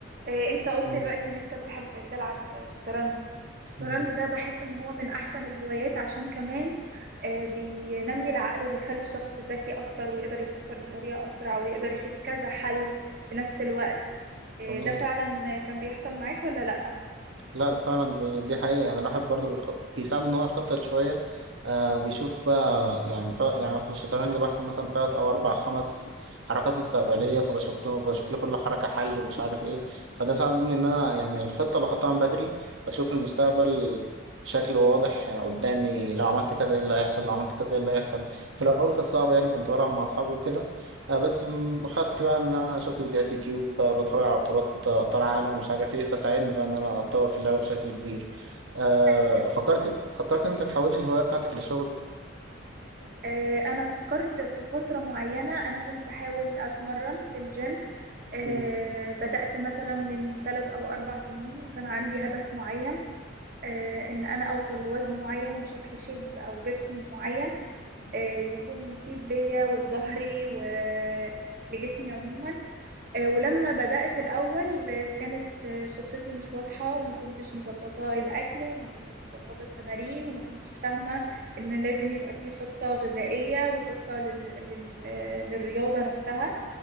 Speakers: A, on the right; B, on the right.
A: إيه انت قلت
B: مم.
A: دلوقتي ان انت بتحب تلعب شطرنج الشطرنج
B: مم.
A: ده بحس ان هو من احسن الهوايات عشان كمان آه، بينمي العقل وبيخلي الشخص ذكي اكتر ويقدر يفكر بطريقة اسرع ويقدر يشوف كذا حل في نفس الوقت آه،
B: جميل
A: ده فعلا كان بيحصل معاك ولا لا
B: لا فعلا دي دي حقيقة يعني الواحد برضه بيخ... بيساعد إن هو يخطط شوية آه بيشوف بقى يعني طل... يعني في الشطرنج بحسب مثلا تلات أو أربع خمس حركات مستقبلية فبشوف له بشوف لكل حركة حل ومش عارف إيه فده ساعدني إن أنا يعني الخطة بحطها من بدري بشوف المستقبل بشكل واضح قدامي لو عملت كذا إيه اللي هيحصل لو عملت كذا إيه اللي هيحصل في الأول كانت صعبة يعني كنت بلعب مع أصحابي وكده آه بس م- خدت بقى ان انا شفت فيديوهات يوتيوب آه بتفرج على بطولات آه، ابطال عالم ومش عارف ايه فساعدني بقى ان انا اتطور في اللعبه بشكل كبير آه
A: حلو جدا
B: فكرت فكرت ان انت تحول الهوايه بتاعتك لشغل
A: آه، انا فكرت في فترة معينة انا كنت بحاول اتمرن في الجيم آه،
B: مم.
A: بدأت مثلا من ثلاث او اربع سنين وكان عندي هدف معين آه، ان انا اوصل لوزن معين وشكل شيب او جسم معين آه، يكون مفيد ليا ولظهري ولجسمي عموما آه، ولما بدأت الأول آه، كانت آه، خطتي مش واضحة وما كنتش مظبطة الأكل وما كنتش مظبطة التمارين وما كنتش فاهمة إن لازم يبقى في خطة غذائية وخطة لل... لل... آه، للرياضة نفسها